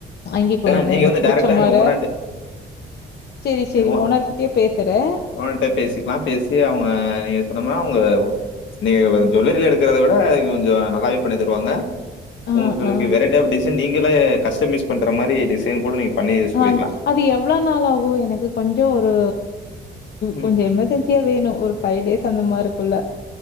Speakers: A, on the left; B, on the left.
A: வாங்கி குடுங்க
B: ஆ நீங்க
A: எனக்கு
B: வந்து
A: புடிச்ச
B: டைரக்ட்டா
A: மார
B: எங்க ஓனர்ட்ட
A: சேரி சேரி
B: எங்க ஓன்
A: ஓனர் கிட் கிட்டே பேசுறே
B: ஓனர்ட்ட பேசிக்கலா பேசி அவுங்க நீங்க சொன்னம்னா அவுங்க நீங்க ஜுவல்லரில எடுக்கறத விட இது கொஞ்சோ நல்லாவே பண்ணி தருவாங்க
A: ஆ
B: உங்களுக்கு
A: ஆ
B: வெரைட்டி ஆஃப் நீங்களே கஸ்டமைஸ் டிசைன் பண்ற மாதிரி டிசைன் கூட நீங்க பண்ணி சொல்லிக்கலா
A: ஆ அது எவ்ளோ நாளா ஆகு எனக்கு கொஞ்சோ ஒரு
B: ம்.
A: கொஞ்சோ எமெர்ஜென் க்கே வேணு ஒரு ஃபைவ் டேஸ் அந்த மாரிக்குள்ள